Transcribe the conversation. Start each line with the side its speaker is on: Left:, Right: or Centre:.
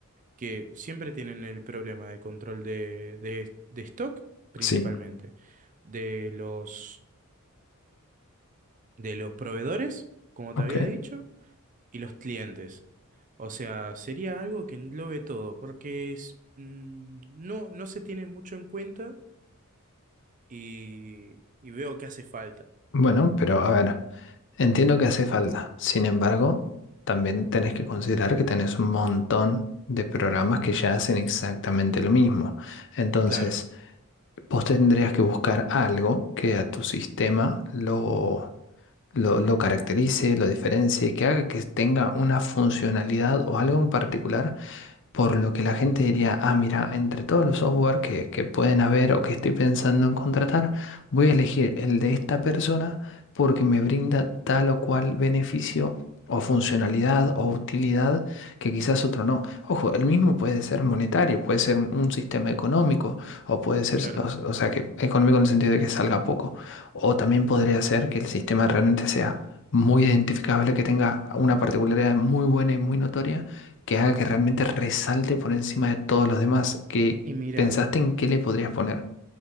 Right: que siempre tienen el problema de control de, de de stock principalmente
Left: sí.
Right: de los de los proveedores, como
Left: Ok.
Right: te había dicho, y los clientes. O sea, sería algo que englobe todo, porque es, mm, no, no se tiene mucho en cuenta y, y veo que hace falta.
Left: Bueno, pero a ver, entiendo que hace falta. Sin embargo, también tenés que considerar que tenés un montón de programas que ya hacen exactamente lo mismo. Entonces,
Right: Claro,
Left: vos tendrías que buscar algo que a tu sistema lo, lo, lo caracterice, lo diferencie, que haga que tenga una funcionalidad o algo en particular Por lo que la gente diría, ah, mira, entre todos los software que, que pueden haber o que estoy pensando en contratar, voy a elegir el de esta persona porque me brinda tal o cual beneficio o funcionalidad o utilidad que quizás otro no. Ojo, el mismo puede ser monetario, puede ser un, un sistema económico o puede ser,
Right: claro.
Left: o, o sea, que económico en el sentido de que salga poco. O también podría ser que el sistema realmente sea muy identificable, que tenga una particularidad muy buena y muy notoria que haga que realmente resalte por encima de todos los demás. Que
Right: Y mira,
Left: pensaste en qué le podrías poner.